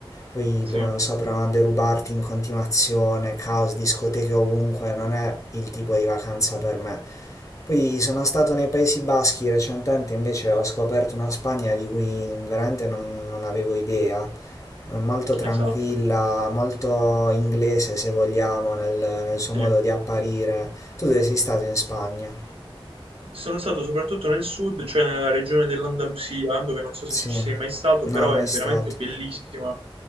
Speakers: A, on the left; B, on the right.
A: poi,
B: Sì,
A: boh, non so, provano a derubarti in continuazione, caos, discoteche ovunque, non è il tipo di vacanza per me. Poi sono stato nei Paesi Baschi recentemente, invece ho scoperto una Spagna di cui veramente non, non avevo idea molto tranquilla,
B: esatto.
A: molto inglese se vogliamo nel, nel suo
B: Sì.
A: modo di apparire. Tu dove sei stato in Spagna?
B: Sono stato soprattutto nel sud, cioè nella regione dell'Andalusia, dove non so
A: Sì,
B: se tu ci sei mai stato,
A: no,
B: però
A: mai
B: è veramente
A: stato.
B: bellissima.